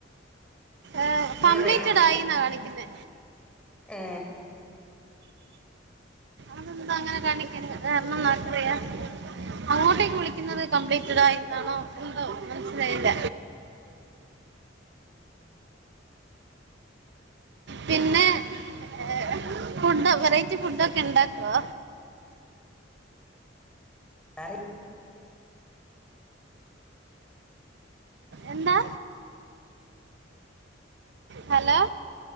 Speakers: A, on the right (about 65°); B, in the centre.
A: ഏ കമ്പ്ളിറ്റഡായിന്ന
B: റേഞ്ചിന്റെ
A: കാണിക്കുന്നെ
B: ഏ
A: അതെന്താ അങ്ങനെ കാണിക്കണെ കാരണന്നാർക്കറിയാ അങ്ങോട്ടേക്ക് വിളിക്ക്ന്നത് കംപ്ലീറ്റടായി എന്നാണോ എന്തോ മനസിലായില്ല
B: ഉം
A: പിന്നെ ഏഹ്‌ ഫുഡ് വെറൈറ്റി ഫുഡൊക്കെ ഇണ്ടാക്കോ
B: അറി
A: എന്താ ഹലോ